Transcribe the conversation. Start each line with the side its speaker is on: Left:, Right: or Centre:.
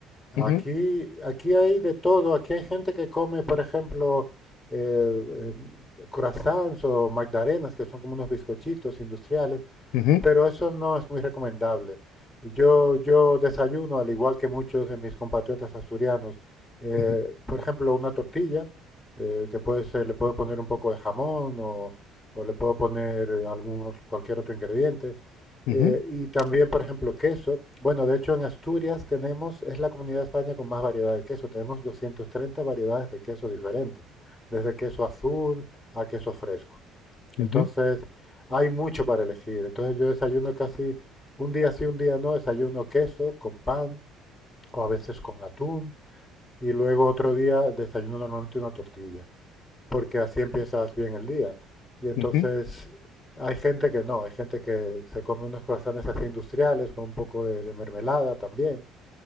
Centre: Aquí,
Left: ujú,
Centre: aquí hay de todo. Aquí hay gente que come, por ejemplo, eh, eh, croissants o magdalenas, que son como unos bizcochitos industriales
Left: ujú,
Centre: pero eso no es muy recomendable. Yo, yo desayuno, al igual que muchos de mis compatriotas asturianos, eh,
Left: ujú,
Centre: por ejemplo, una tortilla, eh, que puede ser- le puedo poner un poco de jamón o, o le puedo poner algún, cualquier otro ingrediente.
Left: ujú,
Centre: Eh, y también, por ejemplo, queso. Bueno, de hecho, en Asturias tenemos, es la comunidad de España con más variedad de queso. Tenemos 230 variedades de queso diferentes, desde queso azul a queso fresco. Entonces,
Left: ujú,
Centre: hay mucho para elegir. Entonces, yo desayuno casi un día sí, un día no, desayuno queso con pan o a veces con atún y luego otro día desayuno normalmente una tortilla, porque así empiezas bien el día. Y entonces
Left: ujú,
Centre: hay gente que no, hay gente que se come unos croissants así industriales con un poco de, de mermelada también,